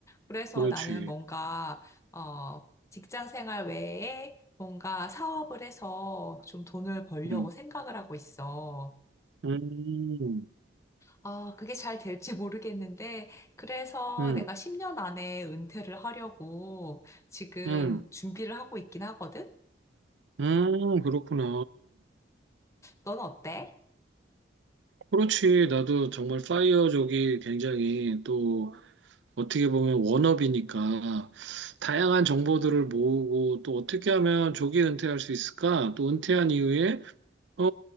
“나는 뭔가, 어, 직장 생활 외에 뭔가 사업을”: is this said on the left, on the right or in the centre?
Left